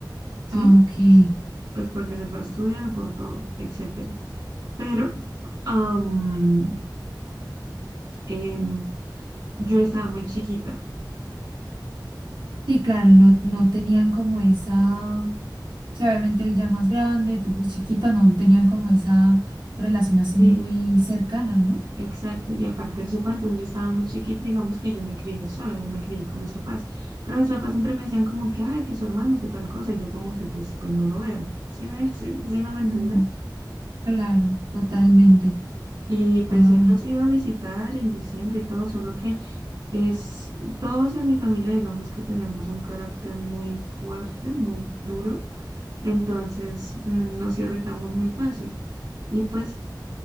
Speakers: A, on the right; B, on the right.
A: ¿sí?
B: Ah, Ok, sí,
A: Pues porque se fue a estudiar por todo, etcétera. Pero am, em, yo estaba muy chiquita,
B: claro, y no, no tenían como esa, o sea, obviamente él ya más grande, tú pues chiquita, no tenían como esa relación así
A: sí.
B: muy cercana, ¿no?
A: Exacto, y aparte él se fue, entonces yo estaba muy chiquita, digamos que yo me crié sola, yo me crié con mis papás, pero mis papás siempre me decían como que, ay, que su hermano, que tal cosa, y yo como que pues, pues no lo veo, ¿sí me, sí, sí me va a entender?
B: Mm, claro, totalmente.
A: Y pues
B: Ah,
A: él nos iba a visitar en diciembre y todo, solo que es, todos en mi familia digamos que tenemos un carácter muy fuerte, muy duro, entonces mm, nos irritamos muy fácil. Y pues